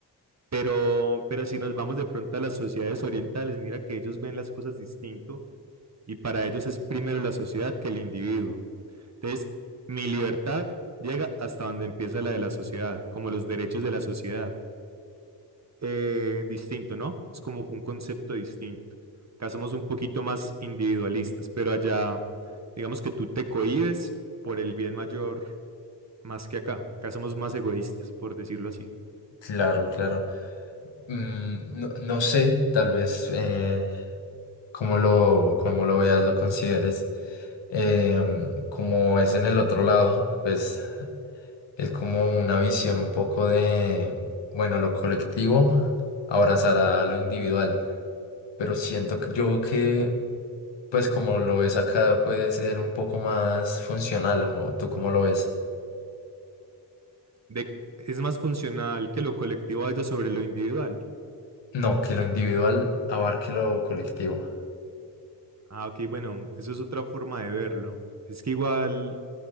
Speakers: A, on the right; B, on the left.
A: Pero, pero si nos vamos de pronto a las sociedades orientales, mira que ellos ven las cosas distinto y para ellos es primero la sociedad que el individuo. Entonces, mi libertad llega hasta donde empieza la de la sociedad, como los derechos de la sociedad. Eh, distinto, ¿no? Es como un concepto distinto. Acá somos un poquito más individualistas, pero allá, digamos que tú te cohibes por el bien mayor más que acá. Acá somos más egoístas, por decirlo así.
B: Claro, claro. Mm, no, no sé, tal vez eh, cómo lo, cómo lo veas, lo consideres. Em, como es en el otro lado, pues es como una visión un poco de, bueno, lo colectivo abrazará lo individual, pero siento que- yo que, pues como lo ves acá, puede ser un poco más funcional, o tú cómo lo ves.
A: de, es más funcional que lo colectivo vaya sobre lo individual.
B: No, que lo individual abarque lo colectivo.
A: Ah, ok, bueno, eso es otra forma de verlo. Es que igual,